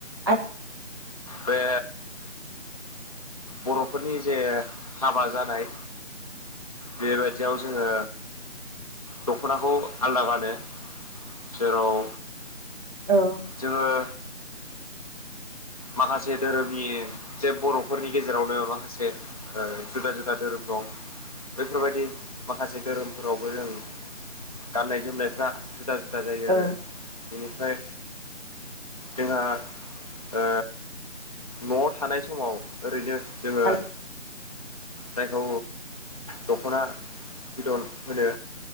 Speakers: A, on the right; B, on the left.
A: आथ
B: बे बर'फोरनि जे हाबा जानाय बेबायदियाव जोङो दख'नाखौ आलदा गानो जेराव
A: औ
B: जोङो माखासे धोरोमनि जे बर'फोरनि गेजेरावनो माखासे ओ जुदा जुदा धोरोम दं बेफोरबायदि माखासे धोरोमफोरावबो जों गाननाय जोमनायफ्रा जुदि जुदा जुदा जायो
A: औ
B: आरो बेनिफ्राय जोंहा ओ न'आव थानाय समाव ओरैनो जोङो
A: औ
B: जायखौ दख'ना बिदन होनो